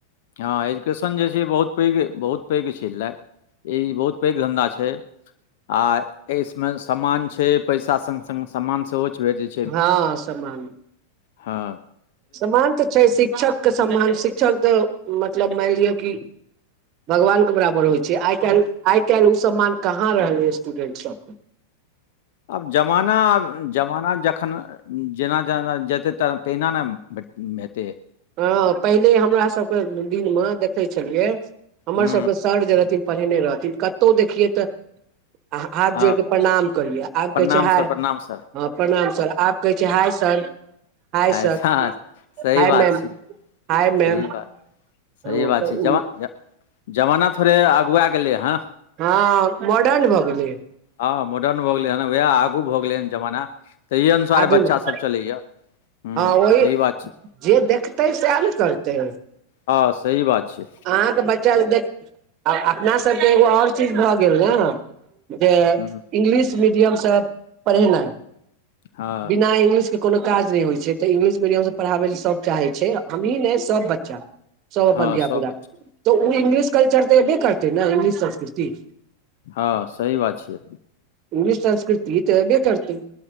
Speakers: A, on the left; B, on the right.
A: हँ एजुकेशन जे छै बहुत पैघ बहुत पैघ छललै। ई बहुत पैघ धंधा छै। आ इसमे सामान छै पैसा स स सामान सेहोच भेज।
B: हँ समान।
A: हँ।
B: समान तऽ छै शिक्षकके समान शिक्षक तऽ मतलब माइन लिअ कि भगवान के बराबर होइ छै आइ काइल आइ काइल उ सम्मान कहाँ रहलै स्टूडेंट सबके।
A: आब जमाना आब जमाना जखन जेना-जेना जेतै तऽ तहिना न भेट हेतै।
B: हँ पहिले हमरा सबके दिन मं देखै छेलियै हमर
A: हूँ
B: सबके सर जे रहथिन पढ़ेने रहथिन कतौउ देखियै तऽ हा-हाथ
A: हँ
B: जोइड़ कऽ प्रणाम करियै आब
A: प्रणाम
B: कहै छै हाय
A: सर प्रणाम सर
B: हँ प्रणाम सर आब कहै छै हाय सर। हाय
A: हाय-स
B: सर
A: हँ सही
B: हाय
A: बात
B: मैम
A: छैय।
B: हाय मैम
A: सही बात सही
B: हँ
A: बात
B: तऽ ओ
A: छै जमा ज जमाना थोड़े अगुआ गेलै हँ।
B: हँ मॉडर्न भऽ गेलै।
A: हँ मॉडर्न भऽ गेलै हन भैया आगू भऽ गेलै हन जमाना तहि अनुसार
B: आधुनिक
A: बच्चासभ चलैया। हूँ
B: हँ ओही
A: सही बात छै
B: जे देखतै सएह न करतै।
A: हँ सही बात छै।
B: अहाँके बच्चा देख आ अपना सबके एगो और चीज भऽ गेल न। जे
A: हूँ
B: इंग्लिश मीडियमसँ पढ़ेनाइ।
A: हँ
B: बिना इंग्लिशके कोनो काज नैय होइ छै तऽ इंग्लिश मीडियमसँ पढ़ाबै लऽ सभ चाहै छै हमही नैय सभ बच्चा। सब अपन
A: हँ
B: धियापुता
A: सब बच्चा
B: तऽ उ इंग्लिश कल्चर तऽ एब्बे करतै न इंग्लिश संस्कृति।
A: हँ सही बात छियै।
B: इंग्लिश संस्कृति तऽ एब्बे करतै।